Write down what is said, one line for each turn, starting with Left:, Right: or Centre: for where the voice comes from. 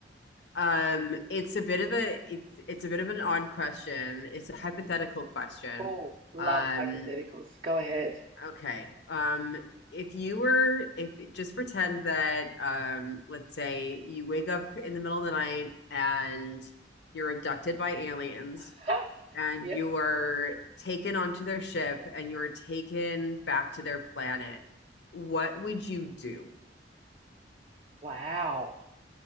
Left: Um, it's a bit of a it's it's a bit of an odd question. It's a hypothetical question.
Right: Oh, love
Left: Um,
Right: hypotheticals. Go ahead.
Left: okay. Um, if you were if just pretend that um, let's say you wake up in the middle of the night and you're abducted by aliens.
Right: <laughs>
Left: and
Right: Yes.
Left: you were taken onto their ship and you were taken back to their planet, what would you do?
Right: Wow.